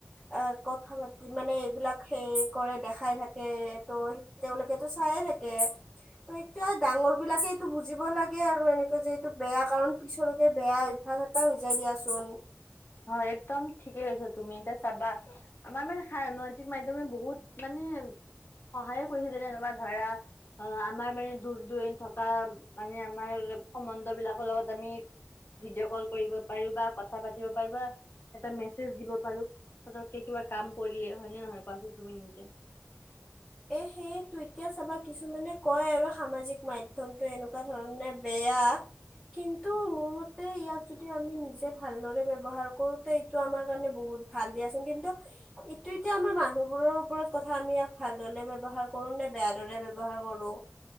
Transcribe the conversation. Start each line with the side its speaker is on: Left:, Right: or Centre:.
Centre: অ কথা পাতি মানে এইবিলাক সেই কৰে দেখাই থাকে ত' তেওঁলোকে চাই এ থাকে। ত এটো ডাঙৰ বিলাকে এইটো বুজিব লাগে আৰু এনেকে যে এইটো বেয়া কাৰণ পিছলৈকে বেয়া অভ্যাস এটা হৈ যায় দিয়াচোন
Left: হয় একদম ঠিকে কৈছা তুমি এতিয়া চাবা আমাৰ মানে সামাজিক মাধ্যমে বহুত মানে <unintelligible> সহায়ে কৰিছে যেনেকুৱা ধৰা অ আমাৰ মানে দূৰ দূৰণ থকা মানে আমাৰ সমন্বয় বিলাকৰ লগত আমি ভিডিঅ কল কৰিবা দিব পাৰো বা এটা মেছেজ দিব পাৰো ফতক কে কিবা কাম কৰিলে হয়নেে নহয় কোৱাচোন তুমি নিজে।
Centre: <inaudible> এ সেইটো এতিয়া চাবা কিছুমানে কয় আৰু সামাজিক মাধ্যমটো এনেকুৱা ধৰণে বেয়া। কিন্তু, মোৰ মতে ইয়াক যদি আমি নিজে ভালদৰে ব্যৱহাৰ কৰো। এইটো আমাৰ কাৰণে বহুত ভাল দিয়াচোন কিন্তু এইটো এতিয়া আমাৰ মানুহবোৰৰ ওপৰত কথা আমি ভালদৰে ব্যৱহাৰ কৰো নে বেয়া দৰে ব্যৱহাৰ কৰো।